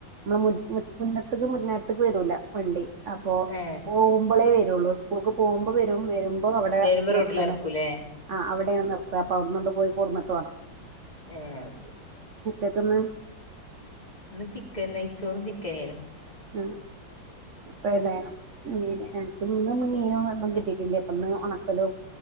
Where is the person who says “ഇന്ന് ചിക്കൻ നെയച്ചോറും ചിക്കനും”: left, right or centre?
Left